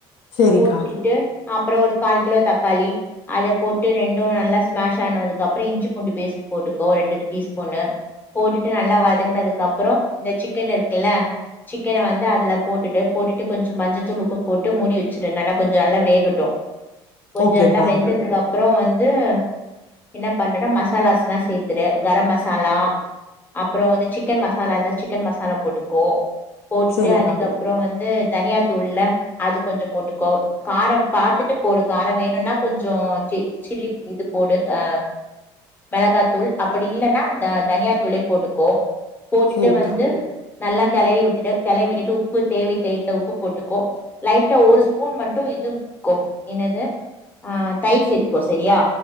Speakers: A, on the left (about 65°); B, on the left (about 15°).
A: சரிக்கா
B: போட்டுட்டு அப்பறோ ஒரு கால் கிலோ தக்காளி அத போட்டு ரெண்டு நல்லா ஸ்மாஷ் ஆனதுக்கு அப்பறோ இஞ்சி பூண்டு பேஸ்ட் போட்டுக்கோ ரெண்டு டீஸ் ஸ்பூன் போட்டுட்டு நல்லா வதங்கினதுக்கு அப்பறோ இந்த சிக்கன் இருக்குல்ல சிக்கன வந்து அதுல போட்டுட்டு போட்டுட்டு கொஞ்சோ மஞ்சத்தூள் உப்பு போட்டு மூடி வச்சிரு நல்லா கொஞ்சோ நல்லா வேகட் டு கொஞ்சோ
A: ஓகேக்கா
B: நல்லா வெந்ததுக்கு அப் அப்பறோ வந்து என்ன பண்றன்னா மசாலாஸ்ல்லா சேத்துரு கரம் மசாலா அப்பறோ வந்து சிக்கன் மசாலா இருந்தா சிக்கன் மசாலா போட்டுக்கோ போட்டுட்டு
A: சரிக்கா
B: அதுக்கப்பறோ வந்து தனியாத்தூள்ல்ல அது கொஞ்சோ போட்டுக்கோ காரம் பாத்துட்டு போடு காரம் வேணுன்னா கொஞ்சோ சி சில்லி இது போடு ஆ மெளகாத்தூள் அப்டி இல்லைன்னா அ தனியாதூளே போட்டுக்கோ போட்டுட்டு
A: சரிக்கா
B: வந்து நல்லா கிளவி விட்டு கிளவி விட்டுட்டு உப்பு தேவைக்கு ஏத்த உப்பு போட்டுக்கோ லைட்டா ஒரு ஸ்பூன் மட்டு இது ஊத்திக்கோ என்னது ஆ தயிர் சேத்துக்கோ சரியா